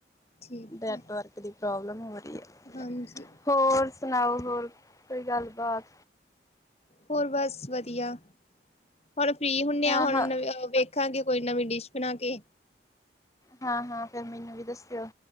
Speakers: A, on the left; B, on the left.
A: ਠੀਕ
B: ਨੈਟਵਰਕ।
A: ਹੈ
B: ਦੀ ਪ੍ਰੋਬਲਮ ਹੋ ਰਹੀ ਹੈ।
A: ਹਾਂਜੀ
B: ਹੋਰ ਸੁਣਾਓ ਹੋਰ, ਹੋਰ ਕੋਈ ਗੱਲਬਾਤ?
A: ਹੋਰ ਬਸ ਵਧੀਆ, ਹੁਣ ਫ੍ਰੀ ਹੁੰਦੇ
B: ਹਾਂ
A: ਆ ਹੁਣ
B: ਹਾਂ
A: ਨਵ ਵਖ। ਵੇਖਾਂਗੇ ਕੋਈ ਨਵੀਂ ਡਿਸ਼ ਬਣਾ ਕੇ।
B: ਹਾਂ, ਹਾਂ ਫੇਰ ਮੈਨੂੰ ਵੀ ਦੱਸਿਓ।